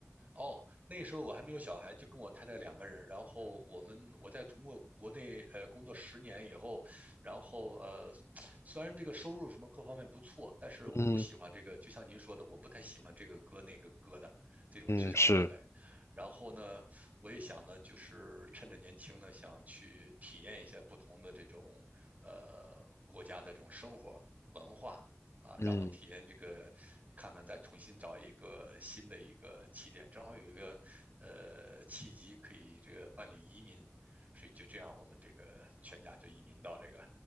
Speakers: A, on the right (about 30°); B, on the left (about 65°).
A: 哦，那时候我还没有小孩，就跟我太太两个人。然后我们我在中国国内呃工作十年以后，然后呃，虽然这个收入什么各方面不错，但是我不喜欢这个，
B: 嗯
A: 就像您说的，我不太喜欢这个哥那个哥的这种职场氛围。
B: 嗯，是，
A: 然后呢，我也想呢，就是趁着年轻呢，想去体验一下不同的这种呃国家的这种生活文化。啊，
B: 嗯，
A: 然后体验这个，看看再重新找一个新的一个起点，正好有一个呃契机可以这个办理移民，所以就这样我们这个全家就移民到这个